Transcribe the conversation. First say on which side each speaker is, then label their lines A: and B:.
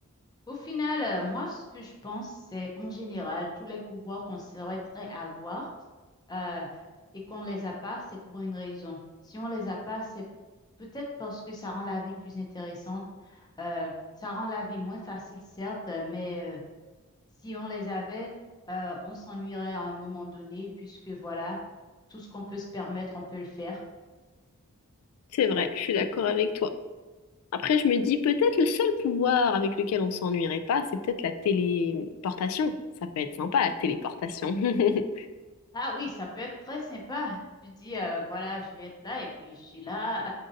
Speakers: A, on the left; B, on the left.
A: Au final, euh, moi, ce que je pense, c'est en général, tous les pouvoirs qu'on souhaiterait avoir euh, et qu'on ne les a pas, c'est pour une raison. Si on ne les a pas, c'est peut-être parce que ça rend la vie plus intéressante. euh, ça rend la vie moins facile, certes, mais euh, si on les avait, euh, on s'ennuierait à un moment donné, puisque voilà, tout ce qu'on peut se permettre, on peut le faire.
B: C'est vrai, je suis d'accord avec toi. Après, je me dis peut-être le seul pouvoir avec lequel on s'ennuierait pas, c'est peut-être la téléportation. Ça peut être sympa, la téléportation. <laughs>
A: Ah oui, ça peut être très sympa. Tu dis, euh, voilà, je vais être là et puis je suis là.